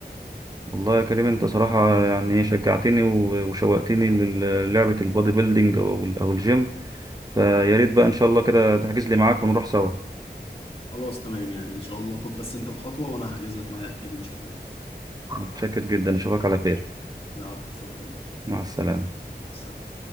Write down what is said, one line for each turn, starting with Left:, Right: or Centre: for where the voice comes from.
Right: والله يا كريم انت صراحة يعني ايه شجعتني و- وشوقتني للعبة البودي بيلدينج او ال- او الجيم فيا ريت بقى ان شاء الله كده تحجز لي معاك ونروح سوا
Left: خلاص تمام يعني ان شاء الله خد بس انت الخطوه وانا هحجز لك معايا اكيد ان شاء الله
Right: متشكر جدا اشوفك على خير
Left: العفو شكرا
Right: مع السلامة
Left: مع السلامه